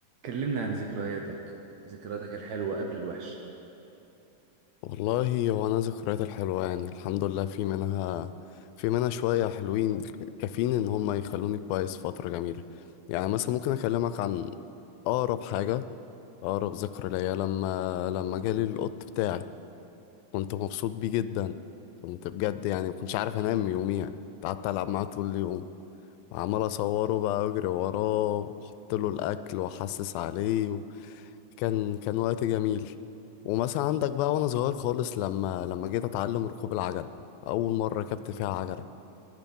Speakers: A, on the right; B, on the left.
A: كلمنا عن ذكرياتك ذكرياتك الحلوة قبل الوحشة
B: والله هو انا ذكريات الحلوه يعني الحمد لله في منها في منها شويه حلوين كافيين ان هم يخلوني كويس فتره جميله يعني مثلا ممكن اكلمك عن اقرب حاجه اقرب ذكرى ليا لما لما جالي القط بتاعي كنت مبسوط بيه جدا كنت بجد يعني مكنتش عارف انام يوميها قعدت العب معاه طول اليوم عمال اصوره بقى اجري وراه واحط له الاكل واحسس عليه و... كان كان وقت جميل ومثلا عندك بقى وانا صغير خالص لما لما جيت اتعلم ركوب العجل اول مره ركبت فيها عجله